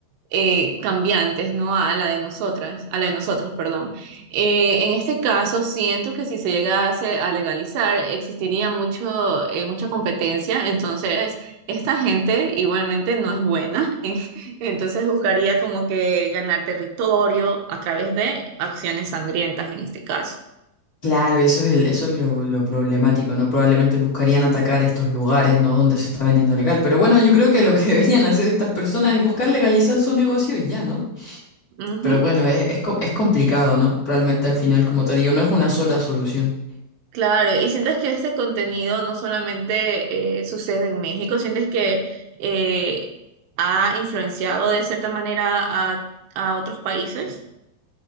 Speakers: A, on the right; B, on the left.
A: eh, cambiantes, ¿no? A la de nosotras, a la de nosotros, perdón. Eh, en este caso, siento que si se llegase a legalizar, existiría mucho, eh, mucha competencia, entonces esta gente igualmente no es buena, <laughs> entonces buscaría como que ganar territorio a través de acciones sangrientas en este caso.
B: Claro, eso es, el- eso es lo, lo problemático, ¿no? Probablemente buscarían atacar estos lugares, ¿no? Donde se está vendiendo legal. Pero bueno, yo creo que lo que <laughs> deberían hacer estas personas es buscar legalizar su negocio y ya, ¿no?
A: Ujú.
B: Pero bueno, es, es, co- es complicado, ¿no? Realmente al final, como te digo, no es una sola solución.
A: Claro, y sientes que este contenido no solamente eh, sucede en México, sientes que eh, ha influenciado de cierta manera a, a otros países.